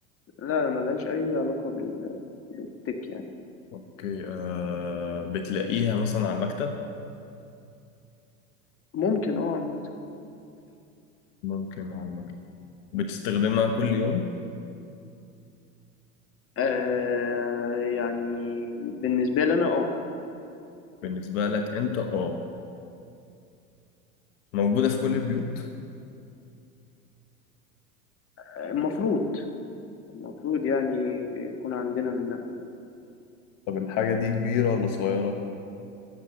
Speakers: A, on the left; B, on the left.
A: لا ملهاش اي علاقة بال... بالتك يعني
B: أوكي آه بتلاقيها مثلا على المكتب
A: ممكن اه عامة
B: ممكن على المكتب بتستخدمها كل يوم
A: آه يعني بالنسبة لي انا اه
B: بالنسبة لك أنت أه موجودة في كل البيوت
A: المفروض المفروض يعني يكون عندنا منها
B: طب الحاجة دي كبيرة ولا صغيرة؟